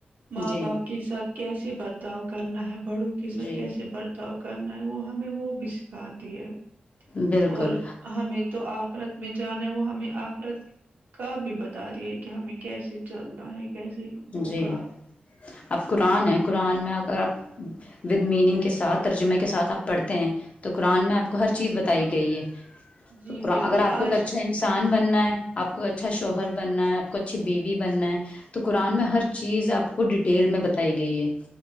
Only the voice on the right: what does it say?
ماں
باپ کے ساتھ کیسے برتاؤ کرنا ہے بڑوں کے ساتھ
کیسے برتاؤ کرنا ہے وہ ہمیں وہ بھی سکھاتی ہے
اور ہمیں تو آخرت میں جانا ہے وہ ہمیں آخرت کا بھی بتا دیا ہے کہ ہمیں کیسے چلنا ہے کیسے ہوگا
جی
بالکل
آج